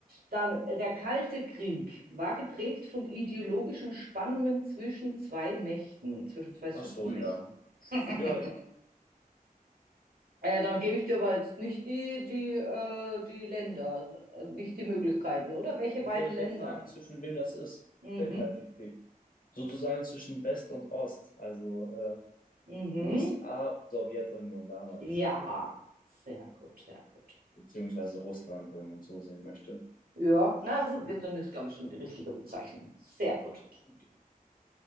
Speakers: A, on the right; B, on the left.
A: Dann, äh, der Kalte Krieg war geprägt von ideologischen Spannungen zwischen zwei Mächten, zwischen zwei Supermächten.
B: Ach so, ja.
A: <laughs>
B: Ja, ja.
A: Äh, dann gebe ich dir aber jetzt nicht die, die, äh, die Länder, äh, nicht die Möglichkeiten, oder? Welche
B: Dann
A: beiden
B: soll ich
A: Länder?
B: jetzt sagen, zwischen wem das ist,
A: Mhm,
B: der Kalte Krieg? Sozusagen zwischen West und Ost, also äh,
A: mhm.
B: USA und Sowjetunion damals,
A: Ja, sehr gut, sehr gut.
B: beziehungsweise Russland, wenn man so sehen möchte.
A: Ja, na, also Vietnam ist, glaube ich, schon die richtige Bezeichnung. Sehr gut.
B: Okay.